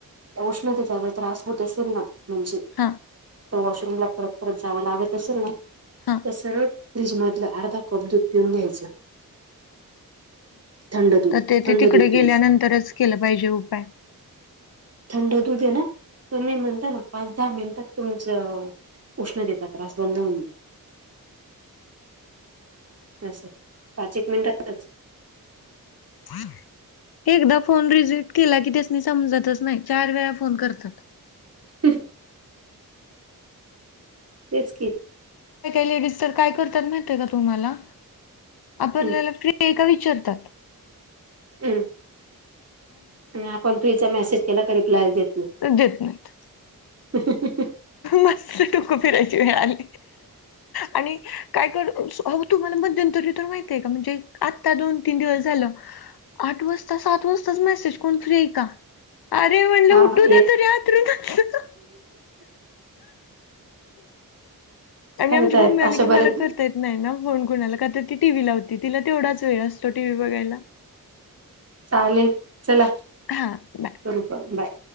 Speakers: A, on the right (about 45°); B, on the left (about 90°).
A: उष्णतेचा जर त्रास होत असेल ना म्हणजे
B: हा
A: त वॉशरूमला परत परत जाव लागत असेल ना
B: हा
A: तर सरळ फ्रीज मधल अर्धा कप दूध पिऊन घ्यायच. थंड दूध
B: तर ते ते
A: थंड
B: तिकडे
A: दूध प्यायच
B: गेल्यानंतरच केल पाहिजे उपाय.
A: थंड दूध आहे ना तर तुम्ही म्हणता ना पाच दहा मिनिटात तुमच उष्णतेचा त्रास बंद होऊन जाईल. अस पाच एक मिनिटातच.
B: <inaudible> एकदा फोन रिजेक्ट केला की त्यासनी समजतच नाही. चार वेळा फोन करतात.
A: हम्म तेच की
B: काही काही लेडीज तर काय करतात माहितीय का तुम्हाला? आपणल्याला
A: हम्म
B: फ्री आहे का विचारतात.
A: हम्म आणि आपण फ्री चा मेसेज केला की रिप्लाय देत नाही
B: देत नाहीत.
A: <unintelligible>
B: मस्त डोक फिरायची वेळ आली. आणि काय कर अहो तुम्हाला मध्यंतरी तर माहित आहे का म्हणजे आत्ता दोन तीन दिवस झाल आठ वाजता सात वाजताच मेसेज कोण फ्री आहे का? अरे म्हणल
A: हा
B: उठू द्या
A: येत
B: तरी अंथरुणातून. आणि
A: आहेत
B: आमची
A: आहेत
B: मम्मी आली
A: अशा
B: की
A: बऱ्याच
B: मला तर देते नाही ना फोन कुणाला. का ती टीव्ही लावती. तिला तेवढाच वेळ असतो टीव्ही बघायला.
A: चालेल चला
B: हा बाय.
A: बरोबर बाय.